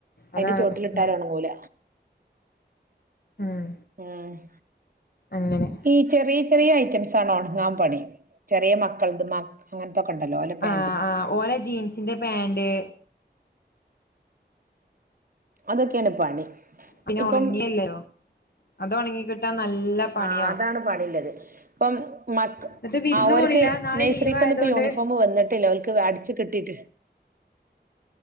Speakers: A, on the right; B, on the left.
A: അയിന്റെ
B: അതാണ്
A: ചോട്ടിലിട്ടാലൊണങ്ങൂല.
B: പ്രശ്നം ഉം
A: ആഹ്
B: അങ്ങനെ
A: ഈ ചെറിയ ചെറിയ ഐറ്റംസാണ് ഒണങ്ങാൻ പണി. ചെറിയ മക്കൾത് മ അങ്ങനത്തൊക്കെ ഉണ്ടല്ലോ ഓലെ പാന്റ്
B: ആ ആ ഓരാ ജീൻസിന്റെ പാന്റ്
A: അതൊക്കേണ്പണി
B: പിന്നെ
A: ഇപ്പം
B: ഒണങ്ങിയല്ലോ അത് ഒണങ്ങി കിട്ടാൻ നല്ല പണിയാവും
A: ആ അതാണ് പണില്ലത് ഇപ്പം മക്ക
B: എന്നിട്ട് വിരുന്ന്
A: ആഹ് ഓൽക്ക്
B: പോണില്ല നാളെ
A: നെയ്സ്രിക്കൊന്നും
B: ലീവ് ആയതോണ്ട്
A: ഇപ്പോ യൂണിഫോം വന്നിട്ടില്ല ഓര്ക്ക് അടിച്ചു കിട്ട് ട്ടീട്ട്